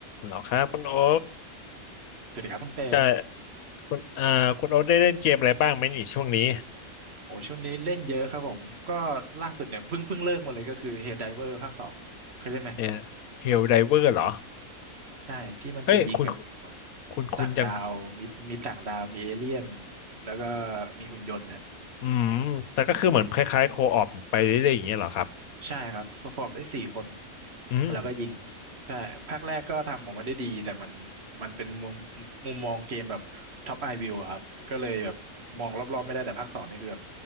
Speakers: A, on the left; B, on the right.
A: เหรอครับคุณโอ๊ค
B: สวัสดีครับคุณเป็ด
A: แต่คุณอ่าคุณโอ๊คได้เล่นเกมอะไรบ้างไหมนี่ช่วงนี้
B: โอ้ช่วงนี้เล่นเยอะครับผมก็ล่าสุดเนี่ยเพิ่งเพิ่งเลิกมาเลยก็คือ Helldiver ภาคสองเคยเล่นไหม
A: เนี่ยเฮลไดเวอร์เหรอ
B: ใช่ที่มันเป็นยิงกับ
A: เฮ้ยคุณคุณคุณจัง
B: ต่างดาวมีมีต่างดาวมีเอเลี่ยนแล้วก็มีหุ่นยนต์นะ
A: อืมแต่ก็คือเหมือนคล้ายๆโคออปไปเรื่อยๆอย่างเงี้ยเหรอครับ
B: ใช่ครับสควอตได้สี่คน
A: อืม
B: แล้วก็ยิงใช่ภาคแรกก็ทำออกมาได้ดีแต่มันมันเป็นมุมมุมมองเกมแบบท็อปไอวิวครับก็เลยแบบมองรอบๆไม่ได้แต่ภาคสองนี่คือแบบ